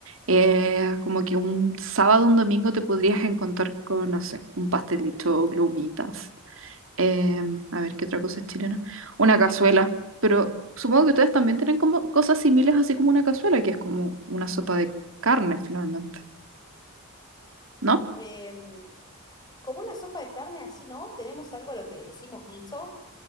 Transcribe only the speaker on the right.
Eh, como que un sábado, un domingo te podrías encontrar con, no sé, un pastel de choclo, humitas. Eh, a ver, ¿qué otra cosa es chilena? Una cazuela. Pero supongo que ustedes también tienen como cosas similares así como una cazuela, que es como una sopa de carne finalmente, ¿no?